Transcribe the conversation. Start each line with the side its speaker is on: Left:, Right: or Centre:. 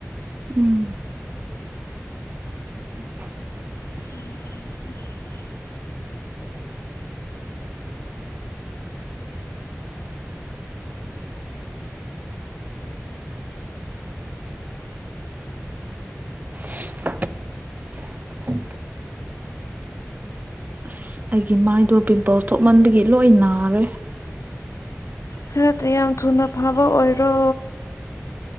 Right: ꯎꯝ <inaudible>
Left: <inaudible>
Right: <unintelligible> ꯏꯁ ꯑꯩꯒꯤ ꯃꯥꯏꯗꯣ ꯄꯤꯝꯄꯜꯁ ꯊꯣꯛꯃꯟꯕꯒꯤ ꯂꯣꯏ ꯅꯥꯔꯦ
Left: ꯈꯔꯀ ꯌꯥꯝ ꯊꯨꯅ ꯐꯥꯕ ꯑꯣꯏꯔꯣ